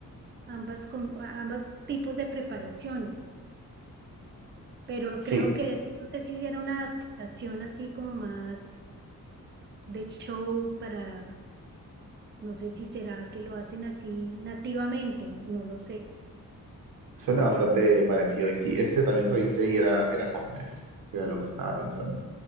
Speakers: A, on the right; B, on the right.
A: ambas, com- ambas tipos de preparaciones. Pero
B: Sí,
A: creo que este, no sé si era una adaptación así como más de show para, no sé si será que lo hacen así nativamente, no, no lo sé.
B: suena bastante parecido. Y sí, este también revisé y era, era japonés, que era lo que estaba pensando.